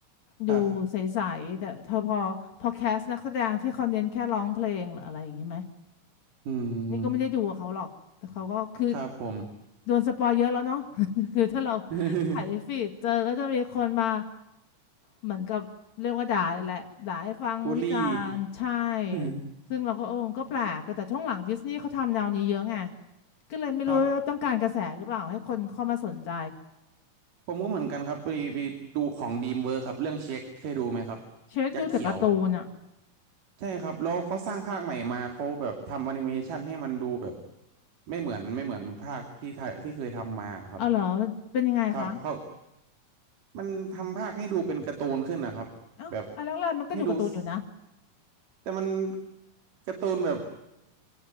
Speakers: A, on the left; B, on the right.
A: ดูใสๆแต่เธอพอพอแคสนักแสดงที่เขาเน้นแค่ร้องเพลงหรืออะไรอย่างนี้ไหม
B: ครับอืม
A: นี่ก็ไม่ได้ดูกับเขาหรอก แต่เขาก็คือ
B: ครับผม
A: โดนสปอยเยอะแล้วเนาะ <laughs> คือถ้าเรา
B: <laughs>
A: ไถฟีดเจอก็จะมีคนมาเหมือนกับเรียกว่าด่าเลยแหละด่าให้ฟังวิจารณ์ใช่
B: บุลลี่ <laughs>
A: ซึ่งเราก็เออก็แปลก แต่ช่วงหลังดิสนีย์เขาทำแนวนี้เยอะไง ก็เลยไม่รู้ว่าต้องการกระแสหรือเปล่าให้คนเข้ามาสนใจ
B: ครับผมก็เหมือนกันครับไปไปดูของดีมเวิร์ครับเรื่องเช็คเคยดูไหมครับ
A: เช็คดูแต่การ์ตูนอ่ะ
B: ยักษ์เขียว ใช่ครับแล้วเขาสร้างภาคใหม่มาเขาแบบทำแอนิเมชันให้มันดูแบบไม่เหมือนไม่เหมือนภาคที่ไทยที่เคยทำมาครับ
A: เอาเหรอมันเป็นยังไงคะ
B: ครับเขามันทำภาคให้ดูเป็นการ์ตูนขึ้นนะครับแบบ
A: เอ้าอันแรกๆมันก็ดูการ์ตูนอยู่นะ
B: ให้ดูสแต่มันการ์ตูนแบบ